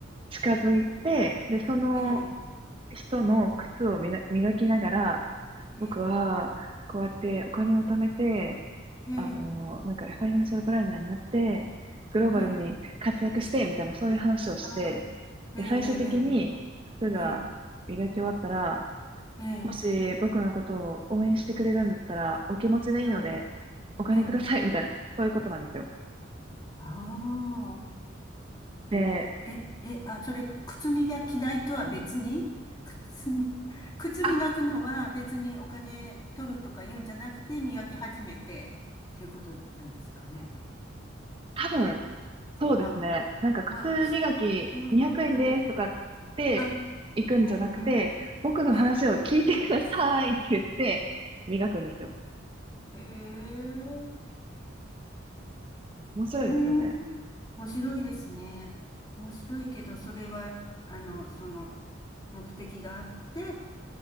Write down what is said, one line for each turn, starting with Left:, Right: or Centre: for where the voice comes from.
Right: 近づいて、
Left: え、
Right: で、その
Left: ええ、
Right: 人の靴をみな磨きながら、
Left: ええ、
Right: 僕は、こうやってお金を貯めて、
Left: ええ、
Right: あの、なんかファイナンシャルプランナーになって、グローバルに活躍して、
Left: ええ、
Right: みたいなそういう話をして、
Left: ああ、ええ、
Right: で、
Left: え
Right: 最終的に、靴え
Left: え、ええ、
Right: 磨き終わったら、
Left: ええ、
Right: もし僕のことを応援してくれるんだったら、お気持ちでいいので、
Left: はい、
Right: お金ください、
Left: ええ、
Right: みたいな、そういうことなんですよ。
Left: ああ、
Right: で、
Left: うん。え、え、あ、それ、靴磨き代とは別に靴み、靴磨くのは別にお金取るとか言うんじゃなくて、
Right: あ、
Left: 磨き始めて、っていうことなんですかね。
Right: 多分、そうですね。
Left: はあ、
Right: なんか靴磨き200円ですとかって行くんじゃなくて、
Left: まあ、そ、うん、うん、うん。あ、うん、うん。
Right: 僕の話を聞いてくださいって言って磨くんですよ。
Left: ええ、へえ
Right: 面白いですよね。
Left: うーん、面白いですね。面白いけど、それは、あの、その、目的があって、